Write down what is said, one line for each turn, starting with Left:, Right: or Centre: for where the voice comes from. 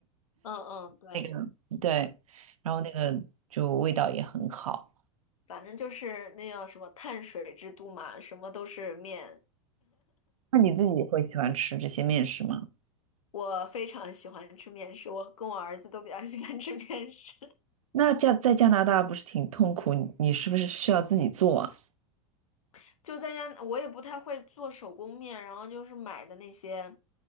Left: 嗯嗯，
Right: <laughs>
Left: 对，
Right: 那个对，然后那个就味道也很好。
Left: 反正就是那叫什么碳水之都嘛，什么都是面。
Right: 那你自己会喜欢吃这些面食吗？
Left: 我非常喜欢吃面食，我跟我儿子都比较喜欢吃面食。
Right: 那加在加拿大不是挺痛苦，你你是不是需要自己做啊？
Left: <laughs> 就在家，我也不太会做手工面，然后就是买的那些，